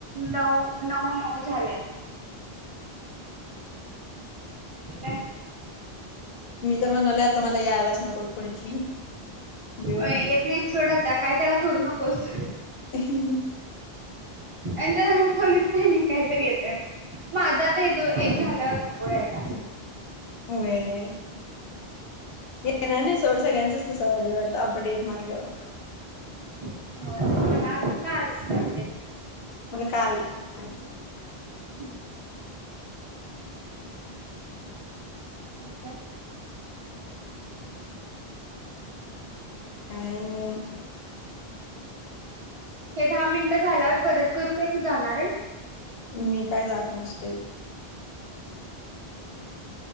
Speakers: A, on the right (about 45°); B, on the left (about 70°).
A: नऊ नऊ नऊ झाल्यात. काय
B: मी तर म्हणालेत आता यायलाच नको पुढची गप
A: होय येत नाही घे आता काय त्याला करू नकोस.
B: हम्.
A: अच काहीतरी येतय मग माझा आता येतो एक <unintelligible> झाल्यावर नको याला
B: होय. येणार नाही सोड सगळ्याचच तस यायंलागलय वाटत अपडेट मारल्यावर.
A: होय मला अजुन काय आलच नाही
B: मला काय आलत
A: हम्म. होय काय.
B: काय नाही.
A: हे दहा मिनटं झाल्यावर परत करू काय तू जाणार आहेस.
B: मी काय जात नसते.
A: ह <unintelligible>